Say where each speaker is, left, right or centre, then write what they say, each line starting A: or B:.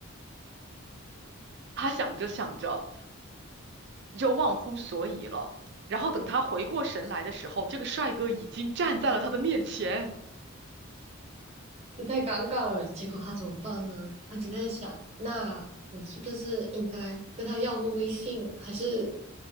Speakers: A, on the right; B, on the right.
A: 他想着想着就忘乎所以了。然后等他回过神来的时候，这个帅哥已经站在了他的面前。
B: 这太尴尬了。结果他怎么办呢？他就在想：那我是不是应该跟他要个微信，还是